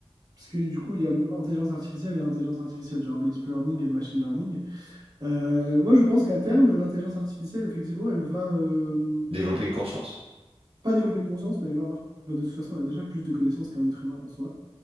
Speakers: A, on the right; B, on the right.
A: parce que du coup, il y a intelligence artificielle et intelligence artificielle, genre le deep learning et le machine learning. Euh, moi, je pense qu'à terme, l'intelligence artificielle, effectivement, elle va euh,
B: Développer une conscience?
A: pas développer de conscience, mais elle va avoir, bah, de toute façon, elle a déjà plus de connaissances qu'un être humain en soi.